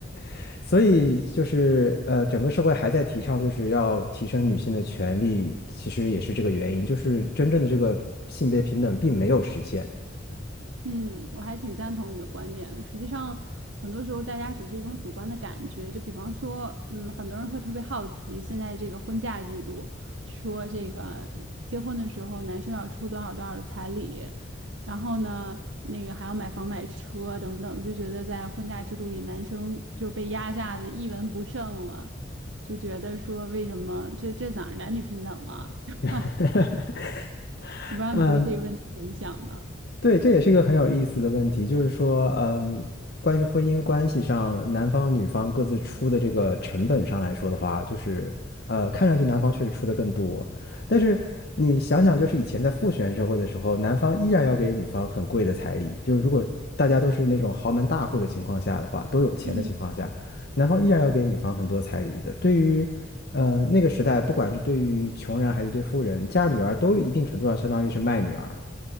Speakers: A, on the left; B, on the right.
A: <laughs> 所以就是呃，整个社会还在提倡就是要提升女性的权利，其实也是这个原因，就是真正的这个性别平等并没有实现。
B: 嗯，我还挺赞同你的观点的。实际上，很多时候大家只是一种主观的感觉。就比方说，嗯，很多人会特别好奇现在这个婚嫁制度，说这个结婚的时候男生要出多少多少的彩礼，然后呢，那个还要买房买车等等，就觉得在婚嫁制度里，男生就被压榨的一文不剩了，就觉得说为什么这这哪儿男女平等了？<laughs>
A: <laughs>
B: 我不知道你对这个问题怎么想呢？
A: 嗯。对，这也是一个很有意思的问题，就是说，嗯，关于婚姻关系上，男方女方各自出的这个成本上来说的话，就是，呃，看上去男方确实出的更多，但是你想想，就是以前在父权社会的时候，男方依然要给女方很贵的彩礼，就是如果大家都是那种豪门大户的情况下的话，都有钱的情况下，
B: 嗯
A: 男方依然要给女方很多彩礼的。对于，呃，那个时代，不管是对于穷人还是对富人，嫁女儿都一定程度上相当于是卖女儿。